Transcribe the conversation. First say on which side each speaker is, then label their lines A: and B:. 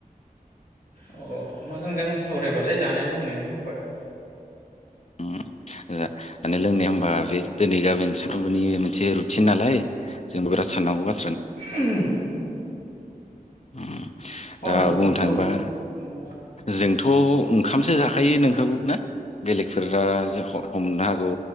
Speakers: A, on the left (about 70°); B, on the left (about 45°).
A: अ मोजां जागोन सावरायबालाय जानाय लोंनायनि बिख'याव ।
B: उम ओ माने लोंनाया होनबा बे दिनै जा बेनो सानफ्रोमबोनि मोनसे रुथिन नालाय जोंबो बिराद साननांगौ बाथ
A: <unintelligible>
B: <unintelligible>
A: हय
B: दा बुंनो
A: नंगौ
B: थाङोबा
A: नंनाया
B: जों थ' ओंखामसो जाखायो नोंखागौ ना बेलेगफोरा हमनो हागौ